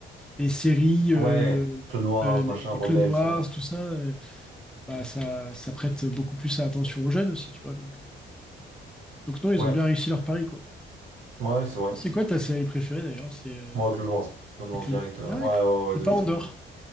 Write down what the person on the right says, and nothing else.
ouais,
Clone Wars,
machin,
Rebels,
hein.
Ouais,
ouais, c'est vrai.
Moi, Clone Wars, Clone Wars
direct, euh,
ouais,
ouais, ouais, ouais,
de
ouf.